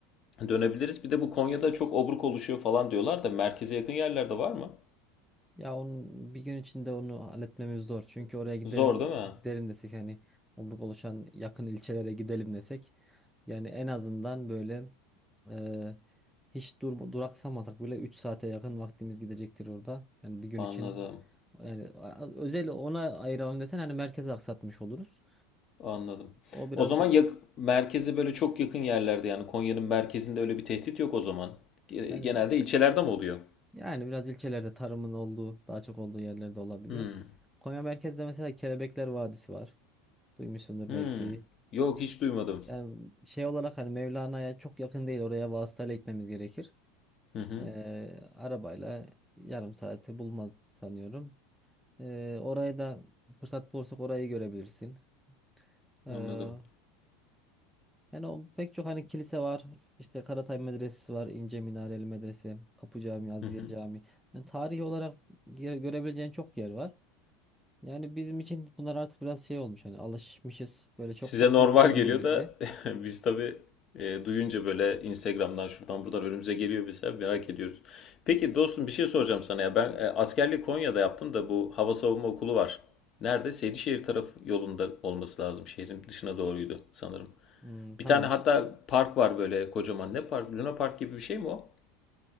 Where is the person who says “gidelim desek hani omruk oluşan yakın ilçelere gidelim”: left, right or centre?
Centre